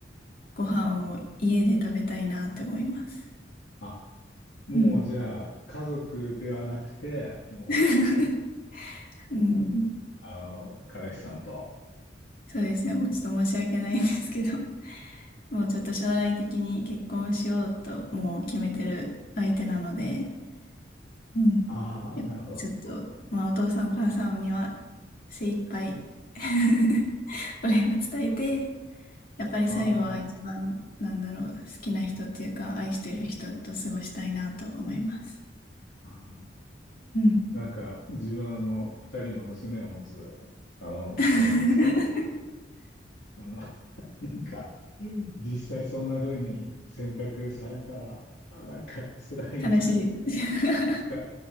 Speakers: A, on the left (about 50°); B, on the left (about 85°).
A: ご飯を家で食べたいなって思います。
B: あ、もうじゃあ、
A: うん。
B: 家族ではなくて、もう、
A: <laughs> うん
B: あの、彼氏さんと、
A: そうですね。もうちょっと申し訳ないんですけど、<laughs> もうちょっと将来的に結婚しようともう決めてる相手なので、うん。
B: ああ、
A: やっぱちょっと、
B: なるほど。
A: まあお父さんお母さんには精一杯 <laughs> お礼を伝えて、やっぱり最後は一番、
B: あー
A: なんだろう、好きな人っていうか、愛してる人と過ごしたいなと思います。
B: あ
A: うん。
B: ー、なんか自分あの二人の娘を持つあの父なんですけど、
A: <laughs>
B: あの、なんか実際そんな風に選択されたら、あ、なんか辛いな、
A: 悲しい。<laughs>
B: か、